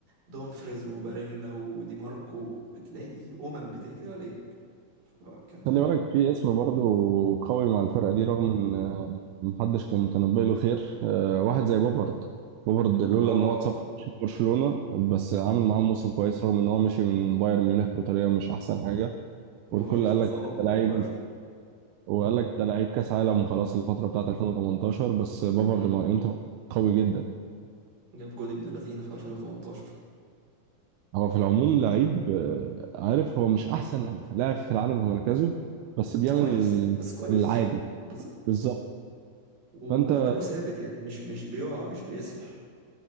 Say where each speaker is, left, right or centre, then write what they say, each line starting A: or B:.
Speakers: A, on the right; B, on the right.
A: دومفريز وباريلا ودي ماركو بتلاقي امم بتجري عليك آه، كانت
B: خلي
A: هجمه
B: بالك في اسم برضه قوي مع الفرقة دي رغم ان آه، محدش كان متنبي له خير آه، واحد زي بوفارد بوفارد لولا
A: اه
B: ان هو اتصاب في برشلونة بس عامل معاهم موسم كويس رغم ان هو مشي من بايرن ميونخ بطريقة مش احسن حاجة
A: بفرض
B: والكل قال
A: اتظلم
B: لك ده
A: مع
B: لعيب
A: البايرن
B: وقال لك ده لعيب كاس عالم وخلاص الفترة بتاعت 2018 بس بوفارد
A: مم.
B: مع الانتر قوي جدا
A: جاب جون ابن لذينه في 2018
B: هو في العموم لعيب آه، عارف هو مش احسن لاعب في العالم في مركزه بس بيعمل
A: بس كويس بس كويس
B: العادي
A: بالظبط
B: بالظبط
A: وأداؤه
B: فانت
A: ثابت يعني مش مش بيقع مش بيسرح